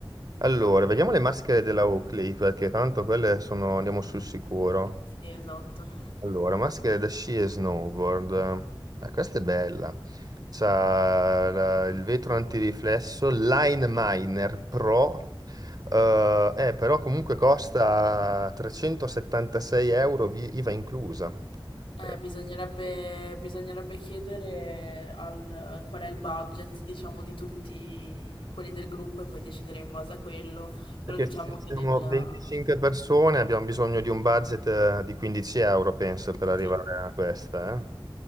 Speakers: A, on the right; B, on the left.
A: Allora, vediamo le maschere della Oakley, perché tanto quelle sono, andiamo sul sicuro.
B: Sì, esatto.
A: Allora, maschere da sci e snowboard. Eh, questa è bella. C'ha la- il vetro antiriflesso, Line Miner Pro. Eh, eh, però comunque costa 376 euro, vi- IVA inclusa.
B: Eh,
A: Eh,
B: bisognerebbe, bisognerebbe chiedere al, qual è il budget, diciamo, di tutti quelli del gruppo e poi decidere in base a quello,
A: Perché
B: però diciamo
A: se
B: che
A: siamo
B: nel...
A: 25 persone abbiamo bisogno di un budget eh, di 15 euro, penso, per arrivare
B: Sì,
A: a questa, eh.